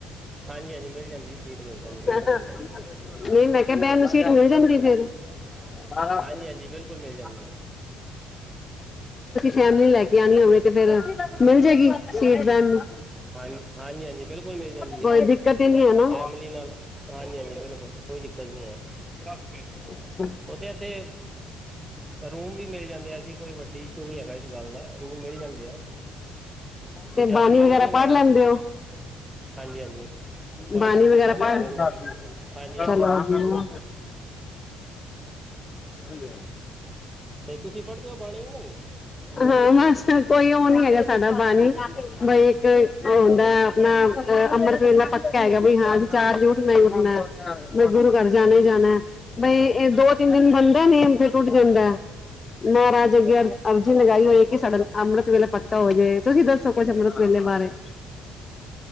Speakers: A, on the right; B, on the left.
A: ਹਾਂਜੀ ਹਾਂਜੀ ਮਿਲ ਜਾਂਦੀ ਸੀਟ ਮਿਲ ਜਾਂਦੀ। ਬਿਲਕੁਲ
B: <unintelligible>
A: ਮਿਲ ਜਾਂਦੀ
B: ਨਹੀਂ ਮੈਂ ਕਿਹਾ ਬੈਨ ਨੂੰ ਸੀਟ ਮਿਲ ਜਾਂਦੀ ਫਿਰ। ਆਯਾ
A: ਹਾਂਜੀ ਹਾਂਜੀ ਬਿਲਕੁਲ ਮਿਲ ਜਾਂਦੀ ਹੈ
B: ਫੈਮਲੀ ਲੈ ਕੇ ਆਨੀ
A: ਹਾਂਜੀ
B: ਹੋਵੇ ਤੇ ਫਿਰ, ਮਿਲ ਜਾਏਗੀ ਸੀਟ ਬਹਿਨ ਨੂੰ?
A: ਹਾਂ ਹਾਂਜੀ ਹਾਂਜੀ, ਬਿਲਕੁਲ ਮਿਲ ਜਾਂਦੀ
B: ਕੋਈ
A: ਹੈ
B: ਦਿੱਕਤ ਹੀ ਨਹੀਂ ਹੈ ਨਾ
A: ਫੈਮਲੀ ਨਾਲ। ਹਾਂਜੀ-ਹਾਂਜੀ ਬਿਲਕੁਲ ਕੋਈ ਦਿੱਕਤ ਨਹੀਂ ਹੈ,
B: ਅੱਛਾ,
A: ਉ ਤੇ ਇੱਥੇ ਰੂਮ ਵੀ ਮਿਲ ਜਾਂਦੇ ਅਸੀਂ ਕੋਈ ਵੱਡੀ ਇਸ਼ੂ ਨਹੀਂ ਹੈਗਾ ਇਸ ਗੱਲ ਦਾ ਰੂਮ ਮਿਲ ਜਾਂਦੇ ਆ।
B: ਤੇ
A: ਵੀ ਜ਼ਿਆਦਾ
B: ਬਾਣੀ
A: ਮਹਿੰਗਾ
B: ਵਗੈਰਾ
A: ਨਹੀਂ
B: ਪੜ੍ਹ
A: ਲੈਣਾ
B: ਲੈਂਦੇ
A: ਤੁਸੀਂ
B: ਹੋ।
A: ਹਾਂਜੀ ਹਾਂਜੀ
B: ਬਾਣੀ
A: ਗੁਰੂ
B: ਵਗੈਰਾ
A: ਸਾਹਿਬ ਪੜ੍ਹਾ
B: ਪੜ <unintelligible>
A: ਲੈਂਦੇ ਹਾਂਜੀ ਹਾਂਜੀ
B: ਹੈਲੋ ਹੰਜੀ।
A: ਤੇ ਤੁਸੀਂ ਪੜ੍ਹਦੇ ਹੋ ਬਾਣੀ ਨਹੀਂ
B: ਹਾਂ-ਹਾਂ, ਇਸ ਤਰ੍ਹਾਂ ਕੋਈ ਉਹ ਨਹੀਂ ਹੈਗਾ ਸਾਡਾ ਬਾਨੀ ਬਈ ਇੱਕ ਉਹ ਹੁੰਦਾ ਅਪਣਾ ਅੰਮ੍ਰਿਤ ਵੇਲਾ ਪੱਕਾ ਹੈਗਾ, ਬਈ ਹਾਂ ਅਸੀਂ ਚਾਰ ਵੱਜੇ ਉੱਠਨਾ ਕੇ <unintelligible> ਹੋਣਾ, ਬਈ ਗੁਰੂ ਘਰ ਜਾਣਾ ਈ ਜਾਣਾ ਬਈ ਇਹ ਦੋ ਤਿੰਨ ਦਿਨ ਬਣਦਾ ਨੇਮ, ਫਿਰ ਟੁੱਟ ਜਾਂਦੇ। ਨਾਰਾਜ ਹੋਗਿਆ ਅਰਜੀ ਲਗਾਈ ਹੋਈ ਏ ਕਿ ਸਾਡਾ ਅੰਮ੍ਰਿਤ ਵੇਲੇ ਪੱਕਾ ਹੋ ਜੇ, ਤੁਸੀਂ ਦੱਸੋ ਕੁਛ ਅੰਮ੍ਰਿਤ ਪੋਣੇ ਬਾਰਾਂ।